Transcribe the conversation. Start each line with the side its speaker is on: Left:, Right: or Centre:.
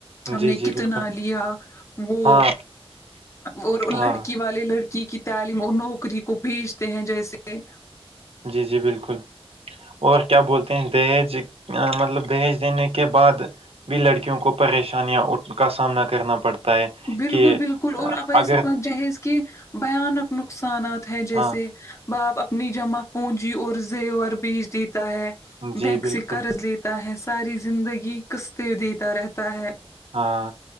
Left: ہم
Right: جی
Left: نے
Right: جی
Left: کتنا
Right: بالکل
Left: لیا وہ
Right: ہاں
Left: اور لڑکی
Right: ہاں
Left: والے لڑکی کی تعلیم اور نوکری کو بھیجتے ہیں جیسے
Right: جی جی بالکل اور کیا بولتے ہیں دہیج مطلب دہیج دینے کے بعد بھی لڑکیوں کو پریشانیاں کا سامنا کرنا پڑتا ہے
Left: بالکل
Right: کہ
Left: بالکل اور
Right: آ،
Left: اب ایسے
Right: اگر
Left: بات جہیز کے بھیانک نقصانات ہے جیسے
Right: ہاں
Left: باپ اپنی جمع پونجی اور زیور بیج دیتا ہے
Right: جی
Left: بینک
Right: بالکل
Left: سے قرض لے تا ہے ساری زندگی کستے دیتا رہتا ہے
Right: ہاں